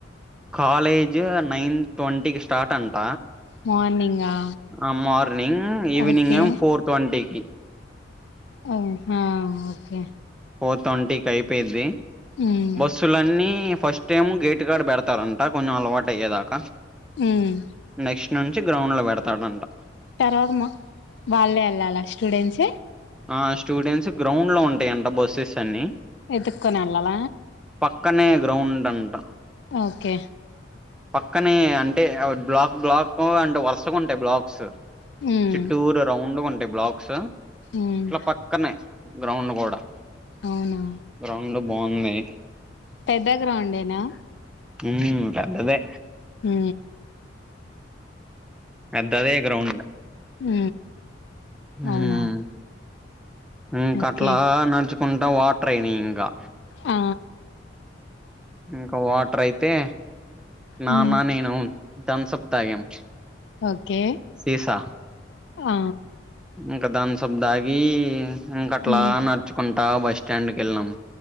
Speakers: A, in the centre; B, on the left (about 65°).
A: కాలేజూ నైన్ ట్వంటీకి స్టార్ట్ అంట
B: మార్నింగా
A: ఆ మార్నింగ్ ఈవినింగ్
B: ఓకే
A: ఏం ఫోర్ ట్వన్టీ కి
B: ఓ హ ఓకే
A: ఫోర్ తోంటీకి అయిపోయిద్ది
B: మ్
A: బస్సులన్నీ ఫస్ట్ టేమో గేటు కాడ పెడతారంట కొంచెం అలవాటు అయ్యేదాక
B: ఉమ్
A: నెక్స్ట్ నుంచి గ్రౌండ్ లో పెడతారంట
B: తర్వాత మా వాళ్ళే వెళ్ళాల స్టూడెంట్సే
A: ఆ స్టూడెంట్స్ గ్రౌండ్ లో ఉంటాయంట బస్సెస్ అన్ని
B: ఎతుక్కోని వెళ్లాల
A: పక్కనే గ్రౌండ్ అంట
B: ఓకే
A: పక్కనే అంటే బ్లాక్ బ్లాక్ అంటే వరుసగా ఉంటాయి బ్లాక్స్
B: ఉ
A: చిట్టూర రౌండ్ గ ఉంటాయి బ్లాక్స్
B: ఉమ్
A: ఇట్ల పక్కనే గ్రౌండ్ కూడా
B: అవునా
A: గ్రౌండ్ బావుంది
B: పెద్ద గ్రౌండ్ ఏనా
A: ఉమ్ పెద్దదే
B: మ్
A: పెద్దదే గ్రౌండ్
B: హు
A: ఉమ్
B: అవునా
A: ఇంక
B: ఓకే
A: అట్లా నడుచుకుంటా వాటర్ అయినాయి ఇంకా
B: ఆ
A: ఇంక వాటర్ అయితే నాన్న
B: ఉమ్
A: నేను థంప్సప్ తాగ్యం
B: ఓకే
A: సీసా
B: ఆ
A: ఇంక థంప్సప్ దాగీ ఇంక అట్లా
B: ఉమ్
A: నడుచుకుంటా బస్ స్టాండ్కి వెళ్లినాాం